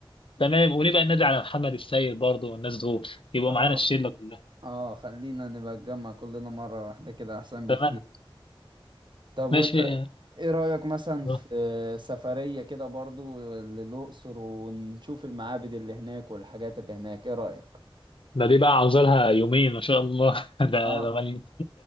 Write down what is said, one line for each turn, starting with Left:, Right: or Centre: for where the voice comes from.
Left: تمام ونبقى ننادي على محمد السيد برضه والناس دول يبقوا
Right: اه
Left: معانا الشله كلها
Right: اه خلينا نبقى نتجمع كلنا مرة واحدة كده احسن بكتير
Left: تمام
Right: طب وانت
Left: ماشي
Right: ايه رأيك مثلا في
Left: آه.
Right: سفرية كده برضو للأقصر ونشوف المعابد اللي هناك والحاجات اللي هناك ايه رأيك
Left: ده دي بقى عاوزة لها يومين ما شاء الله <laughs> ده
Right: اه
Left: ده مليان